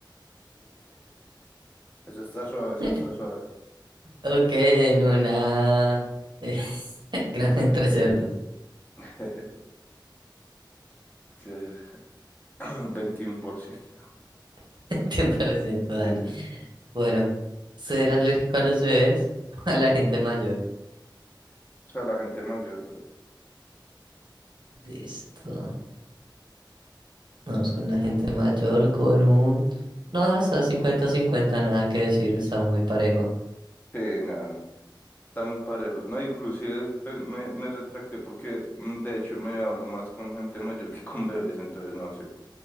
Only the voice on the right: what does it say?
<laughs>
Ok, en una eh, <laughs> granja entre cerdos.
<laughs> Tiempo reciente, dale.
Bueno, ¿ser alérgico a los bebés <laughs> o a la gente mayor?
Listo. Vamos con la gente mayor
con un... No, está cincuenta-cincuenta nada que decir, está muy parejo.